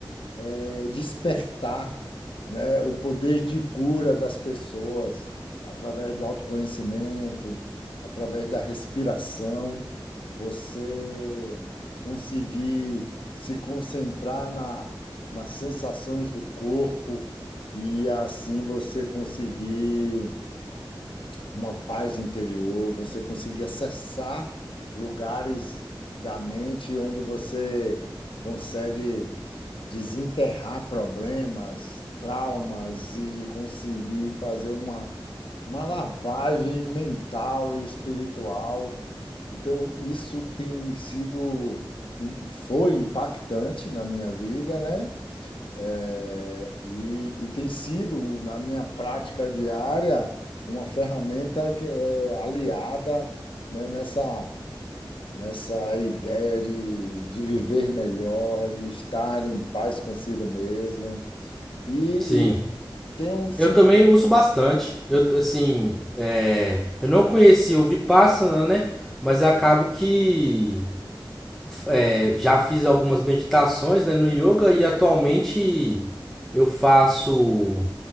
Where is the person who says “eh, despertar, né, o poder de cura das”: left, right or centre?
Left